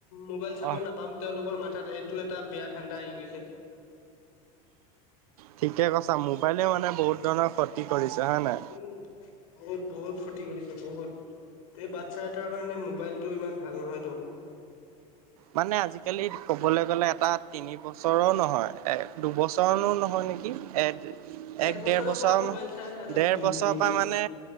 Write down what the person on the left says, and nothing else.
মোবাইল চাব
নাপাম। তেওঁলোকৰ মাথাত এইটো এটা বেয়া ঠাণ্ডা আহি গৈছে।
উ' বহুত-বহুত ক্ষতি কৰিছে বহুত। এই বাচ্ছা এটাৰ কাৰণে মোবাইলতটো ইমান ভাল নহয়তো।
বছৰৰ
পৰা মোবাইল চাই আৰু
দুই
তিনি
বছৰ